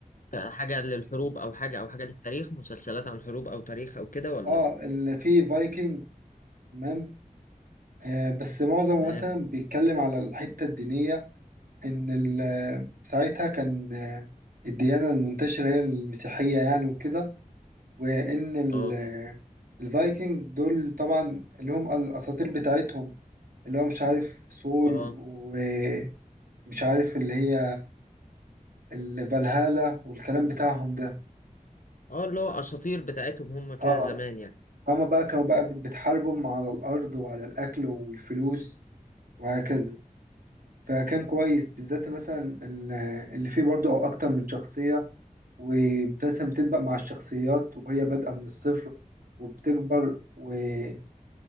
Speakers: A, on the left; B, on the right.
A: حاجة للحروب أو حاجة أو حاجة للتاريخ مسلسلات عن حروب أو تاريخ أو كده ولا
B: اه اللي فيه فايكنجز تمام آه بس معظمه
A: تمام
B: مثلا بيتكلم على الحتة الدينية ان ال- ساعتها كان آه، الديانة المنتشرة هي المسيحية يعني وكده وان ال-
A: اه
B: آه، الفايكنجز دول طبعا اللي هم الاساطير بتاعتهم اللي هو مش عارف سول
A: اه
B: ومش عارف اللي هي الفالهالا والكلام بتاعهم ده
A: اه اللي هو أساطير بتاعتهم هم كده
B: اه
A: زمان يعني
B: هما بقى كانوا بقى بتحاربهم على الارض وعلى الاكل والفلوس وهكذا فكان كويس بالذات مثلا ال- اللي فيه برضه او اكتر من شخصية ومثلا بتبدأ مع الشخصيات وهي بادئة من الصفر وبتكبر ومثلا